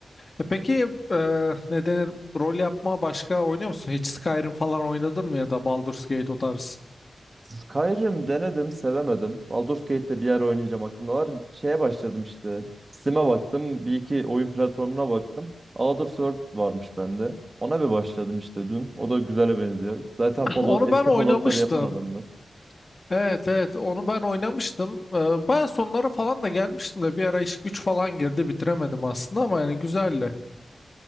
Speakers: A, on the left; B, on the right.
A: E, peki eee ne denir? Rol yapma başka oynuyor musun? Hiç Skyrim falan oynadın mı ya da Baldur's Gate o tarz?
B: Skyrim denedim, sevemedim. Baldur's Gate'de bir yer oynayacağım aklımda var. Şeye başladım işte. Steam'e baktım. Bir iki oyun platformuna baktım. Elder Sword varmış bende. Ona bir başladım işte dün. O da güzele benziyor. Zaten
A: <laughs>
B: Fallout,
A: Onu
B: eski
A: ben oynamıştım.
B: Fallout'ları yapan adamlar.
A: Evet evet onu ben oynamıştım. Eee baya sonlara falan da gelmiştim de bir ara iş güç falan girdi bitiremedim aslında ama yani güzeldi.